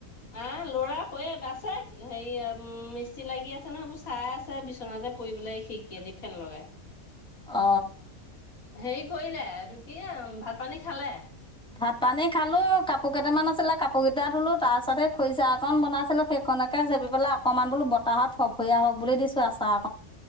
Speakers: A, on the left (about 75°); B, in the centre.
A: আহ লৰা কে বাছে হেৰি মিস্ত্ৰী লাগি আছে নহয় এইবোৰ চাই আছে বিচনাত পৰি পেলাই খিৰিকিযে দি ফেন লগাই
B: অ
A: হেৰি কৰিলে এইটো কি ভাত পানী খালে
B: ভাত পানী খালো কাপোৰ কেইটামান আছিলে কাপোৰ কেইটা ধুলো তাৰ পাছতে খৰিজাকন বনাইছিলো সেইখন এনেকে চেপ পেলাই অকণমান বোলো বতাহত ফফৰীয়া হওক বুলি দিছোঁ আচা